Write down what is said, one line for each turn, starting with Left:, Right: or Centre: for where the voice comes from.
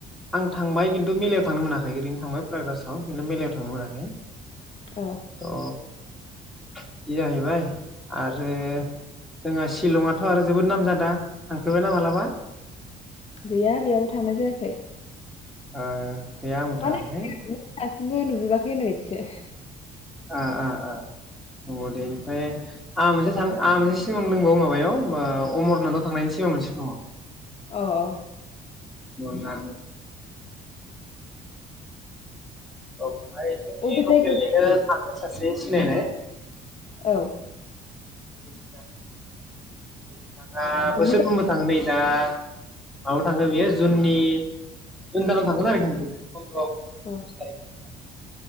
Centre: आं थांबाय खिन्थु मेलायाव थांनो मोनाखै ओरैनो थांबाय पाइग्रासाव खिन्थु मेलायाव थांनो मोनाखै।
Left: औ।
Centre: थ' बिदि जाहैबाय आरो जोंहा सिलंआथ आरो जोबोद नाम जादा थांफेरबायना मालाबा?
Left: गैया बेयावबो थांनाय जायाखै।
Centre: ओह गैया आंबो
Left: माने
Centre: थाङाखै।
Left: <unintelligible> नुजोबाखै होन्नाय बादिसो
Centre: ओ ओ ओ <unintelligible> ओमफाय आंहा मोनसे
Left: एबा
Centre: थां आंहा मोनसे सिमां दोंबावो माबायाव अमरनाथआव थांनायनि सिमां मोनसे दङ।
Left: अह अह।
Centre: याव <unintelligible> बेवहाय जोंनि
Left: अबे
Centre: लकेलनिनो
Left: जायगायाव जायो बेयो
Centre: थांङो सासे सिनायनाय।
Left: औ।
Centre: <unintelligible> बिथाङा बोसोरफ्रबो
Left: मोजां
Centre: थाङो नै। दा माबायाव थांगोन बेयो जुननि जुन दानाव थांगोन आरोखि मथुथे फन्द्र,
Left: अ
Centre: बिस तारिक फोराव।